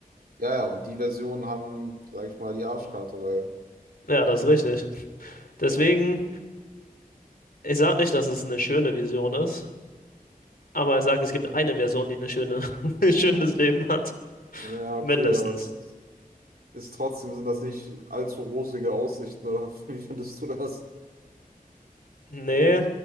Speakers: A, on the right; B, on the left.
A: Ja, ja, und die Versionen haben, sag ich mal, die Arschkarte, weil.
B: Ja, das ist richtig. Deswegen Ich sag nicht, dass es eine schöne Vision ist, aber ich sag, es gibt eine Version, die eine schöne, <laughs> ein schönes Leben hat.
A: Ja, okay,
B: Mindestens.
A: aber es ist ist trotzdem, sind das nicht allzu rosige Aussichten, oder <laughs> wie findest du das?
B: Nee,